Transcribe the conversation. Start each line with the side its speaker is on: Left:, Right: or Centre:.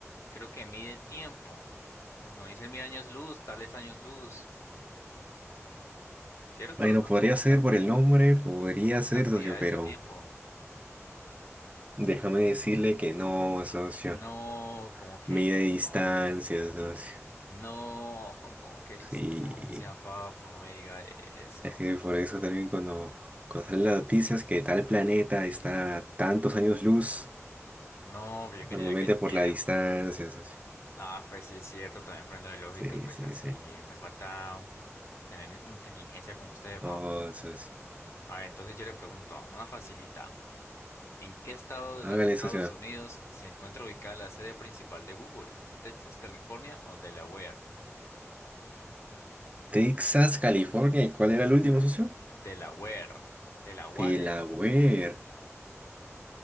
Left: creo que mide tiempo. Pues no dicen mil años luz, tales años luz, ¿cierto?
Right: Bueno,
Left: Son
Right: podría
Left: como
Right: ser
Left: canti-
Right: por el nombre, podría
Left: como
Right: ser,
Left: cantidades
Right: socio, pero
Left: de tiempo.
Right: déjame decirle que no, socio.
Left: No, como que
Right: Mide distancias,
Left: no,
Right: socio.
Left: no, <laughs> como que distancia,
Right: Sí,
Left: papo, no me diga eso.
Right: es que por eso también cuando, cuando salen las noticias que tal planeta está a tantos años luz,
Left: No, yo
Right: es
Left: quería
Right: normalmente
Left: que
Right: por
Left: tiempo.
Right: la distancia, socio.
Left: Ah, pues sí, es cierto, también prendo de lógica,
Right: Sí,
Left: pues
Right: sí,
Left: así
Right: sí.
Left: me falta tener inteligencia como ustedes,
Right: Oh,
Left: papá.
Right: socio.
Left: A ver, entonces yo le pregunto, una facilita, ¿en qué estado de
Right: Hágale,
Left: los Estados
Right: socio.
Left: Unidos se encuentra ubicada la sede principal de Google? ¿Texas, California o Delaware?
Right: Texas, California. ¿Y cuál era el último, socio?
Left: Delaware, Delaware,
Right: Delaware.